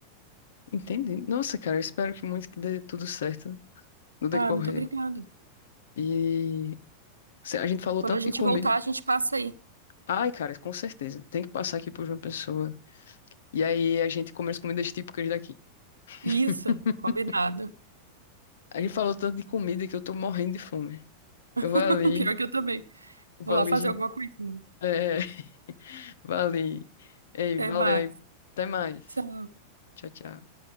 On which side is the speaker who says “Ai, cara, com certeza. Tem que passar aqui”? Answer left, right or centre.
Left